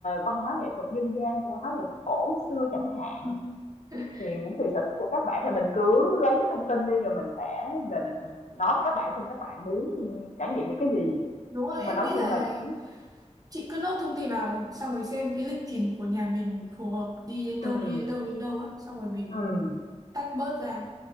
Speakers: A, on the left (about 75°); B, on the right (about 30°).
A: văn hóa nghệ thuật dân gian văn hóa nghệ thuật cổ xưa chẳng hạn
B: <laughs>
A: Thì cũng tùy sở thích của các bạn, thì mình cứ lấy cái thông tin đi rồi mình sẽ về mình nói với các bạn xem các bạn muốn trải nghiệm những cái gì.
B: đúng rồi
A: Nhưng
B: em
A: mà nói
B: nghĩ
A: chung
B: là
A: là cũng
B: chị cứ nốt thông tin vào xong rồi xem cái lịch trình của nhà mình phù hợp đi đến đâu
A: ừm,
B: đi đến đâu đến đâu á xong rồi mình
A: ừm,
B: tách bớt ra